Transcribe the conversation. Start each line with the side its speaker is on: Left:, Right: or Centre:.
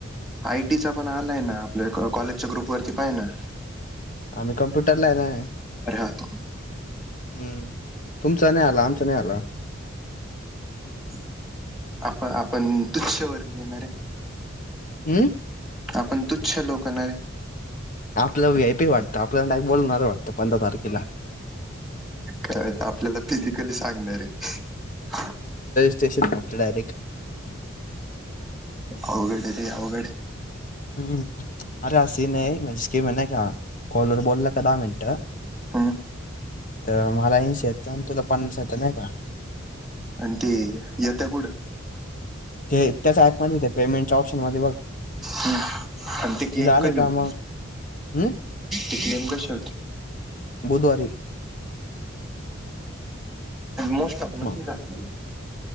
Centre: आयटीचा पण आलाय ना आपल्या कॉ-कॉलेजच्या ग्रुप वरती पाय ना.
Left: आम्ही कम्प्युटर ला आहे ना.
Centre: राहतो. <inaudible>
Left: हम्म, तुमचा नाही आला. आमचा नाही आला.
Centre: <inaudible> आपण, आपण तुच्छ वर्णीय ना रे.
Left: हम्म.
Centre: आपण तुच्छ लोक ना रे.
Left: आपला वियपीवाटतं आपल्याला नाही बोलणार वाटतं पंधरा तारखेला. <inaudible>
Centre: काय तर आपल्याला फिजिकली सांगणार आहेत.
Left: स्टेशन आपल डायरेक्ट <inaudible>
Centre: अवघड आहे रे अवगडे.
Left: <unintelligible>
Centre: हा.
Left: तर मला इनश येत तुला पनास येत नाही का?
Centre: आणि ते येत कुठं.
Left: ते त्याच ऍप मध्ये येते पेमेंटच्या ऑप्शन मध्ये बघ.
Centre: हम्म. आणि ते क्लेम
Left: तिथं आले
Centre: कधी
Left: का
Centre: होतील
Left: मग हम्म
Centre: ते क्लेम कशी होते.
Left: बुधवारी
Centre: मोस्ट टपला
Left: मग
Centre: की रात्री.